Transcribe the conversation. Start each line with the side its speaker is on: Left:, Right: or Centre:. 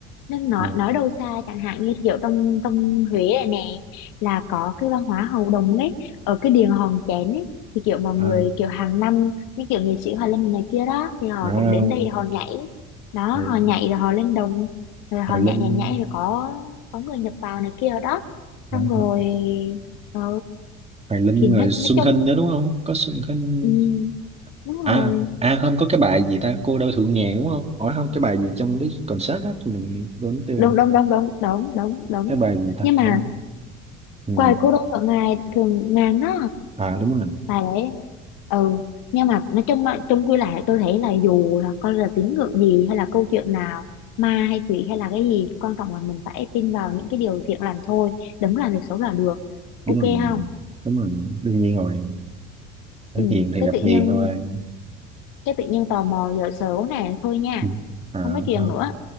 Left: nên nói
Right: ừ.
Left: nói đâu xa chẳng hạn như kiểu trong trong Huế này nè là có cái văn hóa hầu đồng ấy ở cái điện Hòn Chén ấy thì kiểu mọi
Right: à,
Left: người kiểu hàng năm như kiểu nghệ sĩ Hoài Linh này kia đó thì họ
Right: à,
Left: cũng đến đây để họ nhảy đó
Right: Hoài,
Left: họ nhảy rồi họ lên đồng rồi họ
Right: Hoài
Left: nhảy
Right: Linh
Left: nhảy nhảy rồi có có người nhập vào này kia đó xong
Right: à,
Left: rồi
Right: Ho-
Left: ừ,
Right: Hoài Linh
Left: thì nói,
Right: rồi Xuân
Left: nói chung
Right: Hinh nữa đúng không có Xuân Hinh
Left: ừ, đúng rồi
Right: à à không có cái bài gì ta cô đơn thượng nghèo đúng không hỏi không cái bài gì trong cái concert á mình quên tiêu rồi.
Left: đúng đúng đúng đúng đúng đúng đúng
Right: cái bài gì ta
Left: nhưng
Right: không
Left: mà
Right: ừ.
Left: quài cô đơn ở ngài thường ngàn đó
Right: à đúng rồi
Left: và đấy ừ nhưng mà nói chung mà chung quy lại tôi thấy là dù là coi là tín ngưỡng gì hay là câu chuyện nào ma hay quỷ hay là cái gì quan trọng là mình phải tin vào những cái điều thiện lành thôi đừng làm việc xấu là được
Right: đúng
Left: ok
Right: rồi
Left: không
Right: đúng rồi đương nhiên rồi
Left: ừ
Right: hết hiền thì
Left: cái
Right: gặp
Left: tự
Right: hiền
Left: nhiên
Right: thôi
Left: cái tự nhiên tò mò giờ sớm nè thôi nha
Right: ừ. à
Left: không nói chuyện
Right: thôi
Left: nữa